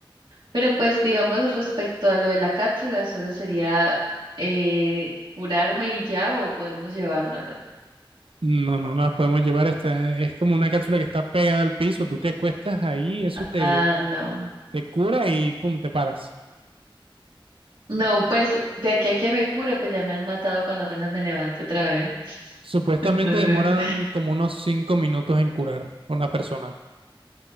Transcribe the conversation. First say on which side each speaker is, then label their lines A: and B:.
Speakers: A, on the right; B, on the right.
A: Pero pues, digamos, respecto a lo de la cápsula, solo sería eh, curarme y ya, o podemos llevárnosla.
B: no, no nos podemos llevar. Esta, es como una cápsula que está pegada al piso, tú te acuestas ahí, eso te,
A: Ah, no.
B: te cura y pum, te paras.
A: No, pues de aquí a que me cure, pues ya me han matado cuando apenas me levante otra vez. <laughs>
B: Supuestamente
A: Entonces,
B: demoran como unos cinco minutos en curar una persona.